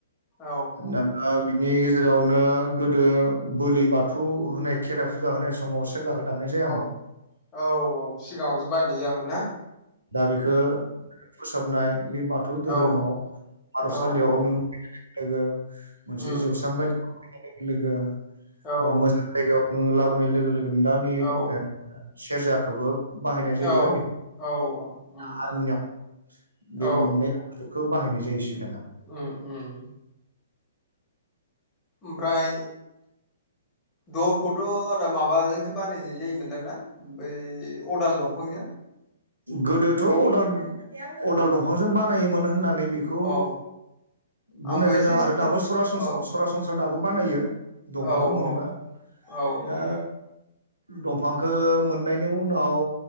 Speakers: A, on the left; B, on the right.
A: औ
B: दा
A: उम
B: बिनि जेरावनो गोदो बोलि बाथौ होनाय खेराइ फुजा होनाय समाव सेरजाखौ दामनाय जायामोन।
A: औ औ औ सिगाङावसो बायनाय जायामोन ना
B: दा बेखो फोसाबनाय बे बाथौ दोहोरोमाव
A: औ
B: आरजसालियाव
A: औ औ
B: <unintelligible> लोगो मोनसे
A: उम
B: जौस्रां
A: उम
B: बायदियाव लाबोनाय लोगो लोगो
A: औ
B: मोजां जायगायाव नों लाबोनाय लोगो । लोगो दानि
A: औ
B: सेरजाखौबो बाहायनाय जायो
A: औ औ उम
B: हारमुनियाम बे
A: औ
B: मोननै खौ बाहायनाय जायोसै दाना।
A: उम उम ओमफ्राय दलखौथ' आदा माबाजोंसो बानायनाय जायोमोन। दों ना बै अदाल दंफांजों।
B: गोदोथ' अदाल अदाल दंफांजों बान नायोमोन होननानै
A: औ
B: बेखौ
A: औ
B: बुंनाय
A: आंबो
B: जादों
A: एसे एसे
B: आरो
A: खोन
B: दाबो सासनस्रा
A: औ
B: दाबो बानायो दंफांखौ
A: औ
B: मोनोबा
A: औ औ
B: दा
A: औ
B: दं। फांखो मोननायनि उनाव